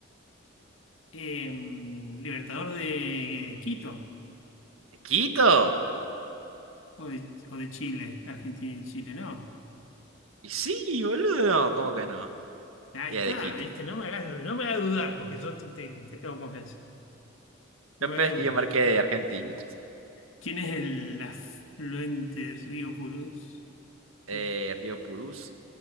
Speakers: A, on the left; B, on the right.
A: Eh, Libertador de eh, Quito
B: ¿De Quito?
A: o de, o de Chile, Argentina y Chile, no.
B: Y sí, boludo, no, ¿cómo que no?
A: Ahí
B: Y
A: está,
B: de Quito.
A: viste, no me hagas, no me hagas dudar, porque yo te, te- te tengo confianza. No
B: Lo
A: me
B: peor
A: hagas
B: es
A: dudar.
B: que yo marqué de Argentina.
A: ¿Quién es el afluente río Purús?
B: Eh,
A: ¿De quién?
B: Río Purús.